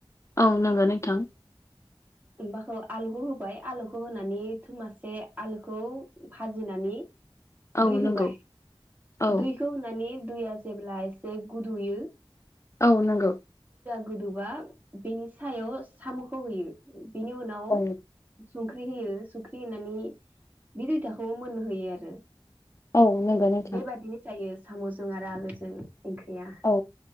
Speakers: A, on the left; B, on the right.
A: औ नंगौ नोंथां।
B: ओमबाखौ आलुखौ होबाय आलुखौ होनानै थुमासे आलुखौ भाजिनानै
A: औ
B: दै
A: नंगौ
B: होबाय
A: औ
B: दैखौ होनानै दैया जेब्ला एसे गुदुयो
A: औ नंगौ।
B: गोदौबा बेनि सायाव साम'खौ होयो। बिनि उनाव
A: औ
B: संख्रि होयो संख्रि होनानै बे दैथाखौ मोननो होयो आरो
A: औ नंगौ नोंथां।
B: बेबादिनो जायो साम'जों आरो आलुजों ओंख्रिया
A: औ